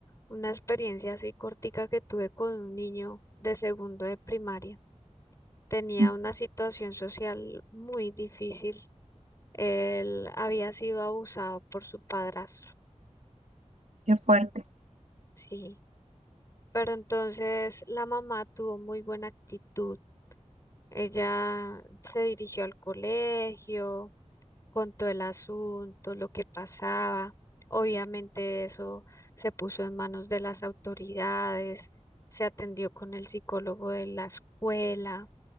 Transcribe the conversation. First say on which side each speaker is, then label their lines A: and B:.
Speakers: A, on the left (about 25°); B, on the right (about 80°).
A: una experiencia así cortica que tuve con un niño de segundo de primaria. Tenía
B: Mm,
A: una situación social muy difícil él había sido abusado por su padrastro,
B: Qué fuerte.
A: sí. Pero entonces la mamá tuvo muy buena actitud. Ella se dirigió al colegio, contó el asunto, lo que pasaba. Obviamente eso se puso en manos de las autoridades, se atendió con el psicólogo de la escuela